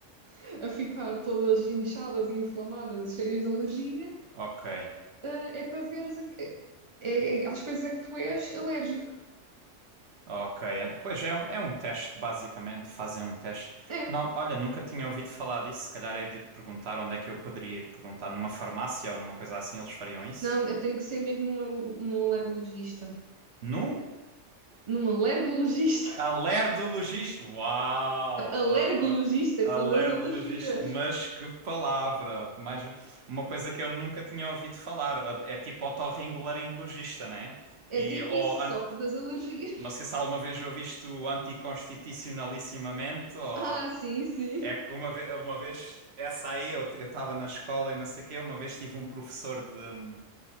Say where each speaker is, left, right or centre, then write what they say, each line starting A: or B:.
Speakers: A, on the right; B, on the right.
A: <laughs> a ficar todas inchadas e inflamadas e cheias de alergia,
B: ok.
A: eh, é para veres a, que- é, é- às coisas a que tu és alérgico.
B: Ok, é- pois é, um- é um teste, basicamente, fazem um teste.
A: É.
B: Não, olha, nunca tinha ouvido falar disso. Se calhar é de ir perguntar onde é que eu poderia ir perguntar, numa farmácia ou numa coisa assim, eles fariam isso?
A: Não, eu tenho que ser mesmo num, al- num alergologista.
B: Num
A: Num alergologista? <laughs>
B: alergologista. Uau,
A: Não, Alergologista,
B: uau, oh, alergologista,
A: que são das alergias.
B: mas que palavra! Mais um, uma coisa que eu nunca tinha ouvido falar. É tipo otorrinolaringologista, né?
A: É
B: E,
A: tipo
B: ou,
A: isso,
B: ant-
A: só que das alergias.
B: não sei
A: <laughs>
B: se alguma vez ouviste o anticonstitucionalissimamente ou.
A: Ah, sim, sim.
B: É que uma vez, uma vez essa aí eu eu estava na escola e não sei o quê, uma vez tive um professor de,